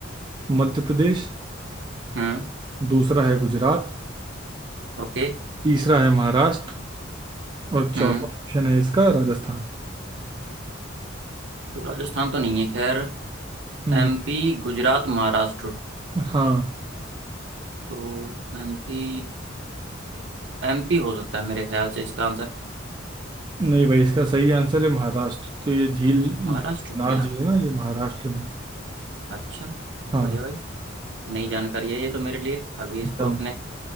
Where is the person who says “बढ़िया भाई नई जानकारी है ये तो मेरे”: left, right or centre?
Right